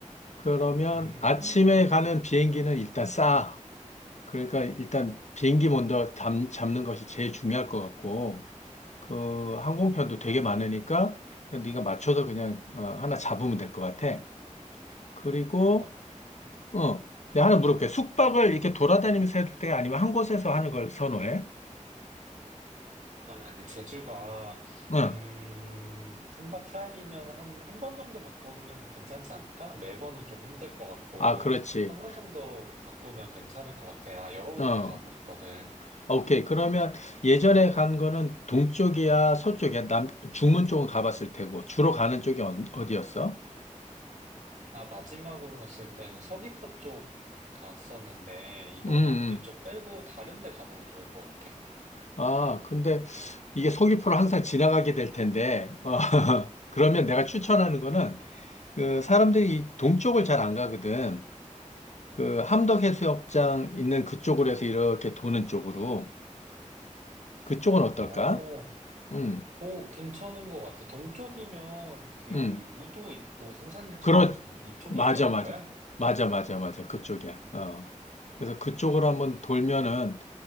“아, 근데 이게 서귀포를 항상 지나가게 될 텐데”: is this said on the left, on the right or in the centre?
Left